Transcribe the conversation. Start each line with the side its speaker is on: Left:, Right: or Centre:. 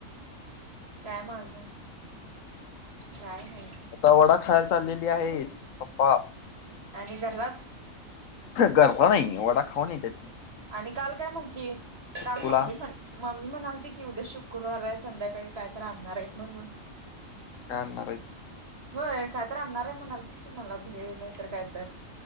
Right: काय म आजून काय नाही.
Left: आता वडा खायला चाललेली आहेत पप्पा
Right: आणि घरात
Left: गरमा नाही वडा खाऊ नाही त्यात
Right: आणि काल काय म्हंटली
Left: सुक्कुला
Right: काल मम्मी म्हण मम्मी म्हणालते की उद्या शुक्रवार आहे संध्याकाळी काय तर आणणार आहेत म्हणून
Left: काय आणार ये
Right: होय काय तर आणणार आहे म्हणाल तिकती मला भेळ नाही तर काय तर